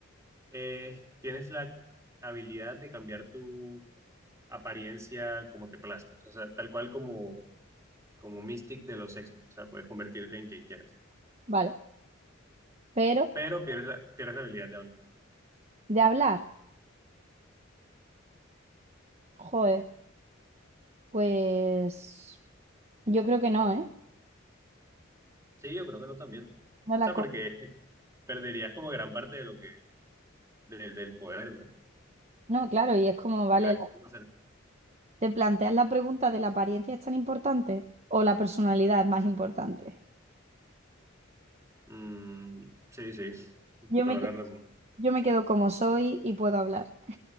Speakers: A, on the right; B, on the right.
A: eh, tienes la habilidad de cambiar tu apariencia como te plazca. O sea, tal cual como, como Mystic de los X-Men. O sea, puedes convertirte en quien quieras.
B: Vale. Pero,
A: Pero pierdes la, pierdes la habilidad de hablar.
B: de hablar, joder, pues yo creo que no, ¿eh?
A: Sí, yo creo que no también. O
B: No la
A: sea,
B: co-
A: porque <laughs> perderías como gran parte de lo que, del del poder, ¿no?
B: No, claro, y es como, vale,
A: Quisiera
B: la-
A: hacer-
B: te planteas la pregunta de la apariencia es tan importante o la personalidad es más importante.
A: Mm, sí, sí,
B: Yo
A: toda
B: me, que-
A: la razón.
B: yo me quedo como soy y puedo hablar.